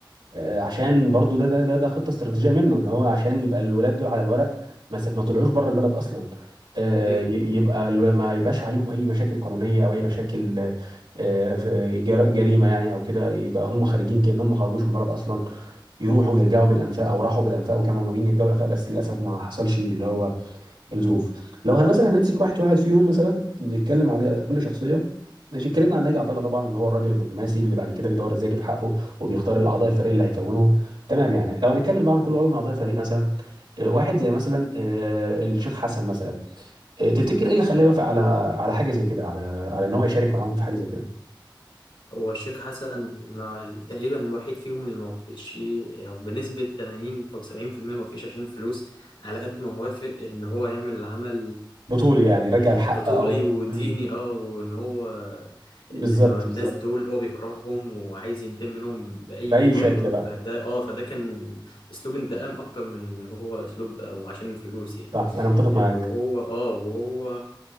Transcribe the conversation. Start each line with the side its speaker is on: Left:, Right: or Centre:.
Right: آه، عشان برضو ده ده ده, ده خطه استراتيجيه منه ان هو عشان يبقى الولاد دول على الورق ما سف- ما طلعوش بره البلد اصلا آه،
Left: إيه
Right: ي- يبقى الو- ما يبقاش عليهم اي مشاكل قانونيه او اي مشاكل آه، في جر- جريمه يعني او كده يبقى هم خارجين كانهم ما خرجوش من البلد اصلا يروحوا ويرجعوا بالانفاق او راحوا بالانفاق وكانوا ناويين يرجعوا بالانفاق بس للاسف ما حصلش اللي هو الظروف لو هن مثلا هنمسك واحد واحد فيهم مثلا نتكلم على كل شخصيه ماشي اتكلمنا عن ناجي عطا الله طبعا ان هو الراجل الدبلوماسي اللي بعد كده بيدور ازاي يجيب حقه وبيختار الاعضاء الفريق اللي هيكونه تمام يعني لو هنتكلم بقى عن كل عضو من اعضاء الفريق مثلا آه، واحد زي مثلا آه، الشيخ حسن مثلا آه، تفتكر ايه اللي خلاه يوافق على على حاجه زي كده على على ان هو يشارك معاهم في حاجه زي كده
Left: هو الشيخ حسن ما تقريبا الوحيد فيهم اللي ما وافقش يعني بنسبة 80 أو 70% ما وافقش عشان الفلوس على قد ما وافق إن هو يعمل العمل
Right: بطوله يعني يرجع الحق
Left: بطولي
Right: او
Left: وديني
Right: مم.
Left: اه وان هو
Right: بالظبط
Left: ان إن هو الناس
Right: بالظبط
Left: دول هو بيكرههم وعايز ينتقم منهم باي
Right: باي
Left: طريقه
Right: شكل بقى
Left: فده اه فده كان اسلوب انتقام اكتر من إن هو اسلوب او عشان الفلوس يعني
Right: صح انا متفق
Left: آه،
Right: معاك
Left: وهو اه وهو